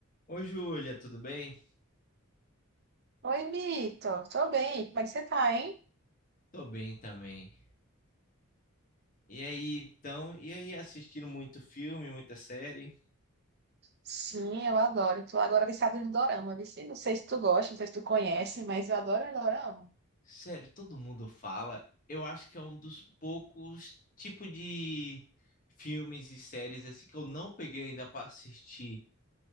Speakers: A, on the left (about 40°); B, on the right (about 50°).
A: Ô, Júlia, tudo bem?
B: Oi, Mito. Tô bem. Como é que você tá, hein?
A: Tô bem também. E aí, então, e aí, assistindo muito filme, muita série?
B: Sim, eu adoro. Tô agora viciada em dorama, vici. Não sei se tu gosta, não sei se tu conhece, mas eu adoro dorama.
A: Sério, todo mundo fala. Eu acho que é um dos poucos tipos de filmes e séries assim que eu não peguei ainda pra assistir.